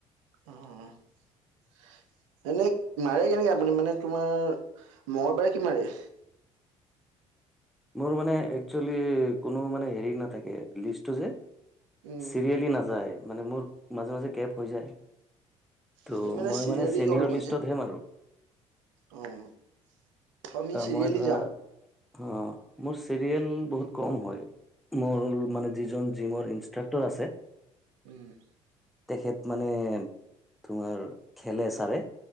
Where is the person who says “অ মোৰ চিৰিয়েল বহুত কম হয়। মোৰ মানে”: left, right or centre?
Centre